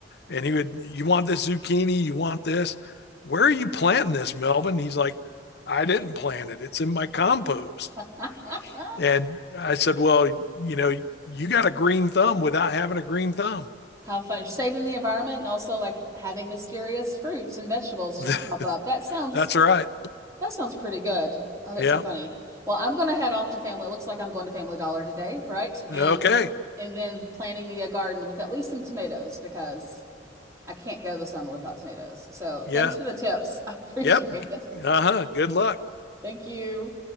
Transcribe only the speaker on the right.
<laughs>
How fun. Saving the environment and also like having mysterious fruits and vegetables
just pop up. That sounds,
that sounds pretty good. Oh, that's
so funny. Well, I'm going to head off to family. It looks like I'm going to Family Dollar today, right? And,
and then planting me a garden with at least some tomatoes because I can't go the summer without tomatoes. So
thanks for the tips. <laughs> I appreciate
it.
Thank you.